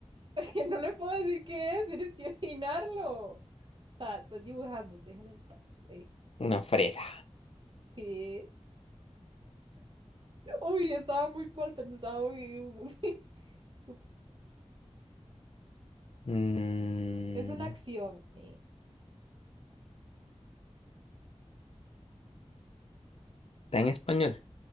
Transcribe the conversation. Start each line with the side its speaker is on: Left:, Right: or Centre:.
Right: <laughs> que no le puedo decir qué es, tienes que adivinarlo. O sea, estoy dibujando, déjame en paz. Eh,
Left: una fresa.
Right: ¿qué? Uy, estaba muy mal pensado mi dibujo, <laughs> sí. Ups.
Left: Mm,
Right: Es una acción. eh,
Left: está en español.